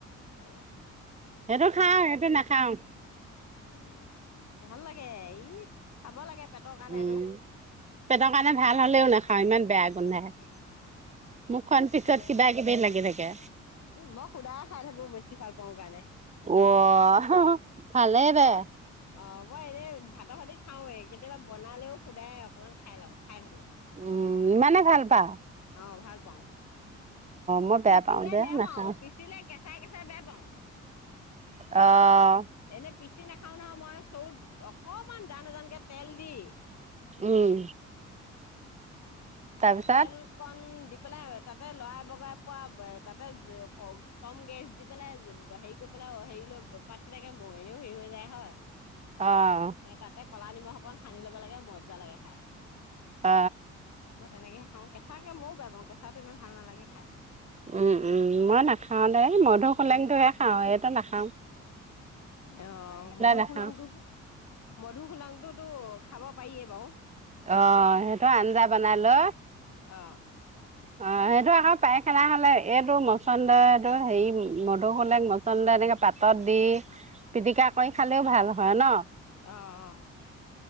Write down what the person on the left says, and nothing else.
অ।
উম ভাল লাগে ই খাব লাগে। পেটৰ কাৰণে
এইটো
পেটৰ
মই সুদায় খাই থাকো বেছি ভাল পাওঁ কাৰণে
মই অ মই এনে ভাতৰ ভতি খাও কেতিয়াবা বনালেও সোদায় অকমান খাই লওঁ খাই থাকো?
অ ভাল পাওঁ?
অ
পিচিলে
বেয়া
পাও পিচিলে কে। চাইকে চাই বেয়া পাওঁ?
এনে পিচি নাখাও নহয় মই চৰুত অকমান জানজানকে তেল দি।
এ তেল কণ দি পেলাই তাতে লৰাই বগাই পোৱা তাতে কম কম গেছ দি পেলাই হেৰি কৰি পেলাই হেৰি লৈ পাত কেনোকে মনেও হেৰি হৈ যায় হয়
সেই তাতে কলা নিমখ অকণ সানি ল'ব লাগে মজা লাগে খাই
মই তেনেকেহে খাওঁ। কেঁচাকে ময়ো বেয়া পাওঁ। কেঁচাটো ইমান ভাল নালাগে খাই।
উম,
অ মধূহুলেংটো
মধুহুলেং টোতো খাব পাৰিয়ে বাৰু।
অ
আহ আহ